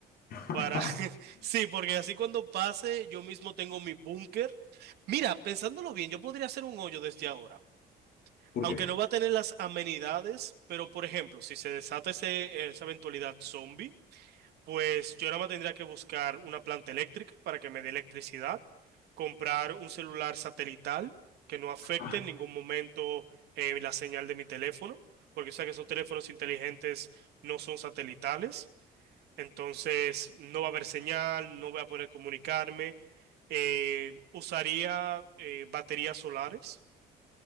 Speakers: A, on the left (about 65°); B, on the right (about 75°).
A: <laughs>
B: para... <laughs> Sí, porque así cuando pase, yo mismo tengo mi búnker. Mira, pensándolo bien, yo podría hacer un hoyo desde ahora.
A: ¿Por
B: Aunque
A: qué?
B: no va a tener las amenidades, pero por ejemplo, si se desata ese- esa eventualidad zombie, pues yo nada más tendría que buscar una planta eléctrica para que me dé electricidad, comprar un celular satelital que no afecte
A: Ah,
B: en ningún momento eh, la señal de mi teléfono, porque sé que esos teléfonos inteligentes no son satelitales, entonces no va a haber señal, no voy a poder comunicarme. Eh, usaría eh, baterías solares